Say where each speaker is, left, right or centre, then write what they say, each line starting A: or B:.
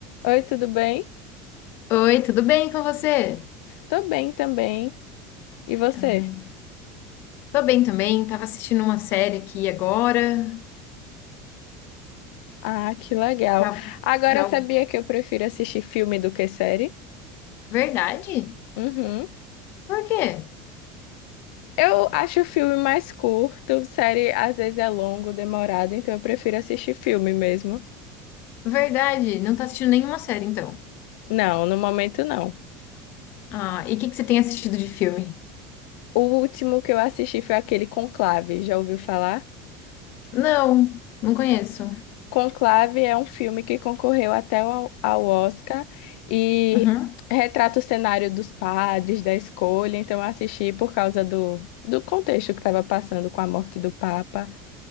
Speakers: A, on the left (about 75°); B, on the left (about 50°).
A: Oi, tudo bem?
B: Oi, tudo bem com você?
A: Tô bem também. E você?
B: Ai, tô bem também. Tava assistindo uma série aqui agora.
A: Ah, que legal.
B: Já,
A: Agora
B: já-
A: sabia que eu prefiro assistir filme do que série?
B: Verdade?
A: Uhum.
B: Por quê?
A: Eu acho o filme mais curto, série às vezes é longo, demorado, então eu prefiro assistir filme mesmo.
B: Verdade, não tá assistindo nenhuma série então.
A: Não, no momento não.
B: Ah, e o que que você tem assistido de filme?
A: O último que eu assisti foi aquele Conclave, já ouviu falar?
B: Não, não conheço.
A: Conclave é um filme que concorreu até ao, ao Oscar e
B: Uhum.
A: retrata o cenário dos padres, da escolha. Então, eu assisti por causa do, do contexto que estava passando com a morte do Papa,